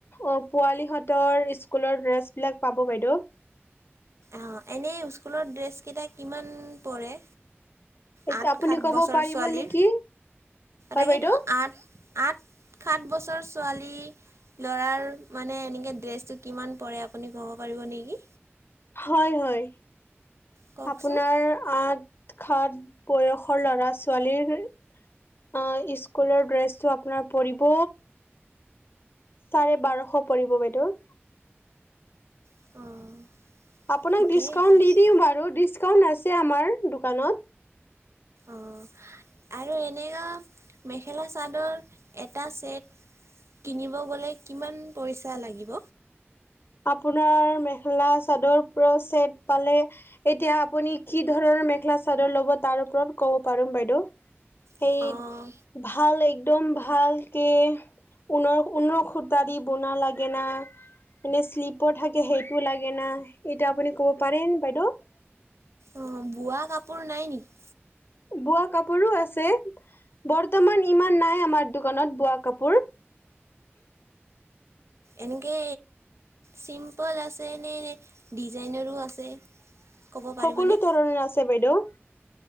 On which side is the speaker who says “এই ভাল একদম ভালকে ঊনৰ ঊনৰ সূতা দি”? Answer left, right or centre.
Left